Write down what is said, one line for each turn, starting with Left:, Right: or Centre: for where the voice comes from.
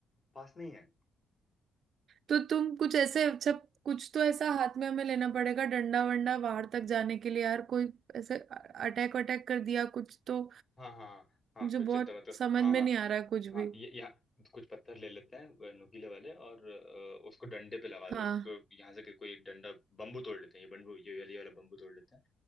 Left: पास में ही है
Right: तो तुम कुछ ऐसे अच्छा कुछ तो ऐसा हाथ में हमें लेना पड़ेगा डंडा वंडा बाहर तक जाने के लिए यार कोई ऐसे अटैक अटैक कर दिया कुछ तो
Left: हाँ हाँ हाँ
Right: मुझे
Left: कुछ
Right: बहुत
Left: चिंता मत करो
Right: समझ
Left: हाँ
Right: में
Left: हाँ
Right: नहीं आ रहा है कुछ
Left: हाँ
Right: भी
Left: ये यहाँ कुछ पत्थर ले लेते हैं वो नुकीले वाले और अ, उसको डंडे पे लगा
Right: हाँ
Left: दो। उसको यहाँ से कोई एक डंडा बम्बू तोड़ लेते हैं ये बम्बू ये वाली वाला बम्बू तोड़ लेते हैं